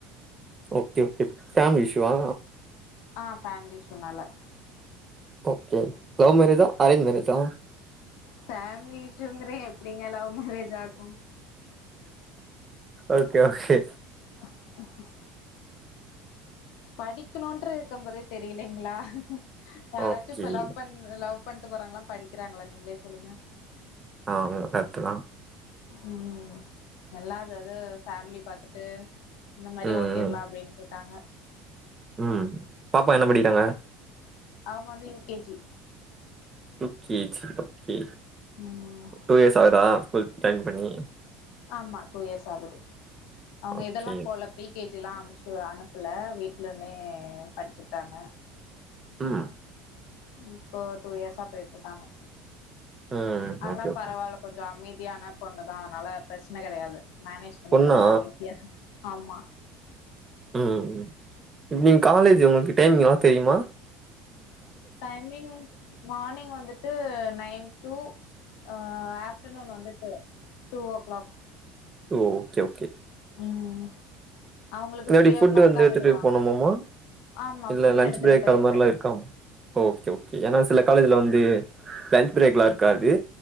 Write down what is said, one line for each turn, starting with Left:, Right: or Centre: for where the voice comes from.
Right: ஓகே ஓகே ஃபேமிலி இஷ்யூவா
Left: ஆ ஃபேமிலி இஷ்யூ நால
Right: ஓகே லவ் மேரேஜா அரேஞ் மேரேஜா
Left: ஃபேமிலி இஷ்யூங்கிறே எப்டிங்க லவ் மேரேஜ் ஆகு
Right: ஓகே ஓகே
Left: <inaudible> படிக்கணுற்ற இருக்கு போதே தெரிலைங்ளா யாராச்சு
Right: ஓகே
Left: இப்ப லவ் பண் லவ் பண்ட்டு போறாங்களா படிக்கறாங்களா நீங்களே சொல்லுங்க
Right: ஆ கரட்டுதா
Left: ம் எல்லா அதுதது ஃபேமிலி பாத்துட்டு இந்த மாரி
Right: ம்,
Left: ஓட்டிர்லா
Right: ம்,
Left: அப்டின்ட்ருக்காங்க
Right: ம் பாப்பா என்ன படிக்கறாங்க
Left: அவுங்க வந்து U K G
Right: U K G okay
Left: ம்
Right: டூ இயர்ஸ் ஆகுதா ஸ்கூல் ஜாயின் பண்ணி
Left: ஆமா டூ இயர்ஸ் ஆகுது அவுங்க
Right: ஓகே.
Left: இதெல்லா போல ப்ரீ கே ஜிலா அனுச்சு அனுப்பல வீட்டலமே படிச்சுட்டாங்க
Right: ம்
Left: இப்போ டூ இயர்ஸா போயிட்ருக்காங்க
Right: ம்.
Left: அதலா
Right: ஓகே, ஓகே.
Left: பரவால்ல கொஞ்சோ அமைதியான பொண்ணு தா அதனால பிரச்சன கெடையாது மேனேஜ் பண்ணிருவ
Right: பொண்ணா?
Left: நானு ஈஸியா ஆமா
Right: ம் ம் ம் இப்ப நீங்க காலேஜ் உங்களுக்கு டைம் <unintelligible> தெரிமா
Left: டைமிங் மார்னிங் வந்துட்டு நைன் டூ ஆ அப் ஆப்டர்நூன் வந்துட்டு two o'clock
Right: two okay okay
Left: ம் அவுங்களுக்கு
Right: இல்லாட்டி
Left: த்ரீ
Right: ஃபுட்
Left: ஓ கிளாக்
Right: வந்து
Left: தா
Right: எடுத்துட்டு
Left: விடுவாங்க
Right: போணுமாமா?
Left: ஆமா
Right: இல்ல
Left: ஃபுட்
Right: லஞ்ச்
Left: எடுத்துட்டு
Right: பிரேக்
Left: போயிருவே
Right: அது மாரிலாம் இருக்காமா? ஓகே ஓகே ஏன்னா சில காலேஜ்ல வந்து லன்ச் பிரேக்லா இருக்காது